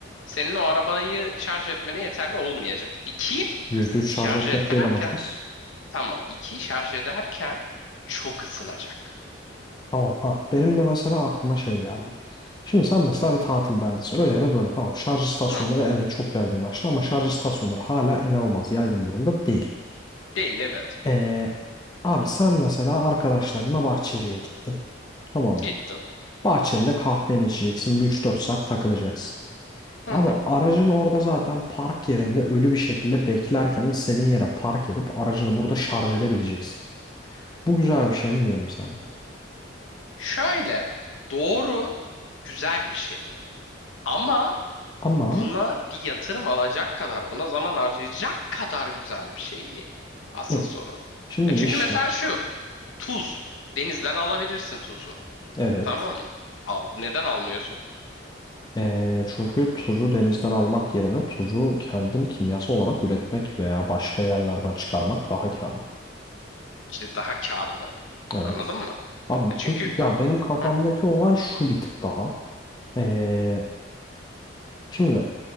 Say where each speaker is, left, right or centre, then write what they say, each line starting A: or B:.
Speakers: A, on the left; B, on the left.
A: senin o arabayı şarj etmene yeterli olmayacak. İki,
B: %3 şarj
A: şarj
B: etmek
A: ederken
B: değil amacımız.
A: tamam iki şarj ederken çok ısınacak.
B: Tamam. Ha, benim de mesela aklıma şey geldi. Şimdi sen mesela bir tatil beldesin. Öyle ya da böyle tamam. Şarj istasyonları
A: Hı,
B: evet çok yaygınlaştı ama şarj istasyonları hala inanılmaz yaygın durumda değil.
A: değil evet.
B: Ee, abi sen mesela arkadaşlarınla Bahçeli'ye gittin. Tamam mı?
A: Gittim.
B: Bahçeli'de kahveni içeceksin. bir üç dört saat takılacaksın.
A: Hı
B: Abi
A: hı.
B: aracın orada zaten park yerinde ölü bir şekilde beklerken istediğin yere park edip aracını burada şarj edebileceksin. Bu güzel bir şey mi değil mi sence?
A: Şöyle doğru güzel bir şey. Ama
B: Ama
A: buna bir yatırım alacak kadar buna zaman harcayacak kadar güzel bir şey mi? Asıl
B: hı,
A: soru.
B: şimdi
A: Ya çünkü
B: işte
A: mesela şu tuz denizden alabilirsin tuzu.
B: evet.
A: Tamam mı? Al, neden almıyorsun?
B: Ee, çünkü tuzu denizden almak yerine tuzu kendin kimyasal olarak üretmek veya başka yerlerden çıkarmak daha karlı.
A: İşte daha karlı.
B: Evet.
A: Anladın mı?
B: Abi
A: E çünkü
B: peki ya
A: bak
B: benim kafamdaki
A: hı,
B: olay şu bir tık daha. Ee, şimdi